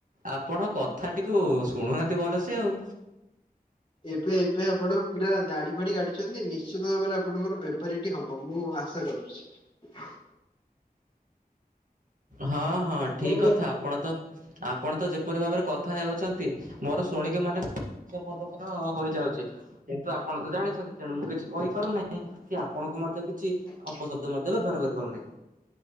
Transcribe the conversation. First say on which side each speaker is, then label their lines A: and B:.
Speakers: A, on the right; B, on the left.
A: ଆପଣ କଥାଟିକୁ ଶୁଣୁନାହାନ୍ତି ଭଲସେ ଆଉ
B: ଏବେ-ଏବେ ଆପଣ ପୁରା ଦାଢ-ଫାଡି କାଟିଚନ୍ତି, ନିଶ୍ଚିତ ଭାବରେ ଆପଣଙ୍କର ବେପାରୀଟି ହବ, ମୁଁ ଆଶା କରୁଛି। <unintelligible>
A: ହଁ ହଁ,
B: ଆପଣଙ୍କ
A: ଠିକ କଥା, ଆପଣ ତ ଆପଣ ତ ଯେପରି ଭାବରେ କଥା ହେଉଛନ୍ତି, ମୋର ଶୁଣିକି ମାନେ <unintelligible> ହୋଇଯାଉଛି। କିନ୍ତୁ, ଆପଣ ତ ଜାଣିଛନ୍ତି, ତେଣୁ ମୁଁ କିଛି କହିପାରୁନାହିଁ, କି ଆପଣଙ୍କୁ ମଧ୍ୟ କିଛି
B: ଆଜ୍ଞା।
A: ଅପଶବ୍ଦ ମଧ୍ୟ ବ୍ୟବହାର କରିପାରୁନାହିଁ।